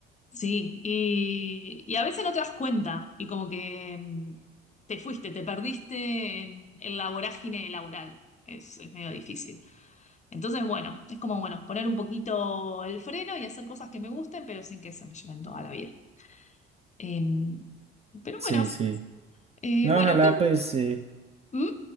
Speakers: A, on the left; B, on the right.
A: sí, y, y a veces no te das cuenta y como que mm, te fuiste, te perdiste en, en la vorágine laboral. Es, es medio difícil. Entonces, bueno, es como, bueno, poner un poquito el freno y hacer cosas que me gusten, pero sin que se me lleven toda la vida. Em, pero
B: Sí,
A: bueno,
B: sí.
A: eh,
B: No,
A: bueno,
B: ojalá
A: qué
B: pues, eh,
A: ¿Mm?